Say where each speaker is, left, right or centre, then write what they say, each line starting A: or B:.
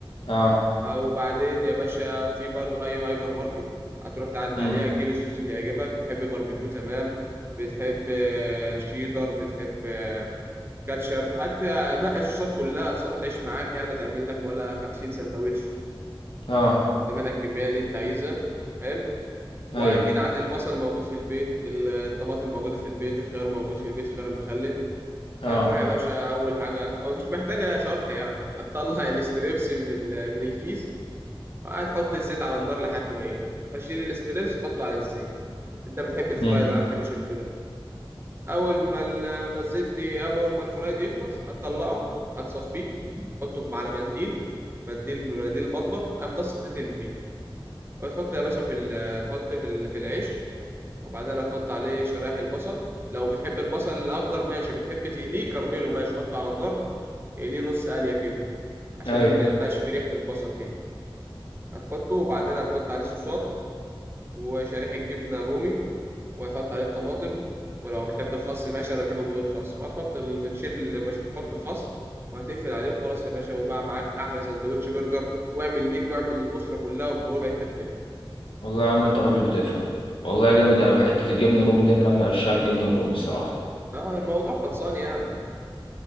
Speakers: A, on the left; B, on the right.
A: أه
B: آه، وبعدين يا باشا في برضو اي هايبر ماركت هتروح تعدي
A: أمم
B: عليها تجيب الصوص اللي يعجبك تحب باربيكيو تمام بتحب آه، شيدر بتحب آه، كاتشب هات نقي الصوصات كلها الصوصات هتعيش معاك يعني تعمل لك ولا 50 سندوتش
A: أه
B: حط منها الكميه اللي انت عايزها حلو واكيد
A: أي
B: ع- البصل موجود في البيت ال- الطماطم موجوده في البيت الخيار موجود في البيت خيار المخلل
A: أه
B: هتروح يا باشا اول حاجه هو مش محتاجه شرح يعني هتطلع <laughs> الاستريبس من ال- من الكيس وهتحط الزيت على النار لحد ما يقدح هتشيل الاستريبس تحطه على الزيت انت بتحب الفرايد
A: أمم
B: انا ما بحبش البرجر اول ما ال- ما الزيت اما اول ما الفرايد يخلص هتطلعه هتصفيه تحطه على منديل منديل من مناديل المطبخ قام طص الزيت اللي فيه وتحط يا باشا في ال- تحط في ال- في العيش وبعدين هتحط عليه شرايح البصل لو بتحب البصل الاخضر ماشي بتحب تقليه كرمله ماشي حطه على النار اقليه نص قليه كده عشان
A: أي
B: ما يبقاش فيه ريحه البصل كده هتحطه وبعدين هتحط عليه صوصات وشريحة جبنة رومي وهتحط عليه الطماطم ولو بتحب الخس ماشي أنا بحبه من غير خس وهتحط المتشل مش هتحط الخس وهتقفل عليه وخلاص يا باشا وبقى معاك أحلى سندوتش برجر واعمل ليك واعمل للأسرة كلها بربع التكلفة
A: والله يا عم انت راجل بتفهم والله جامد اوي حته الجبنه الرومي دي انا من عشاق الجبنه الرومي الصراحه
B: اه الموضوع خلصان يعني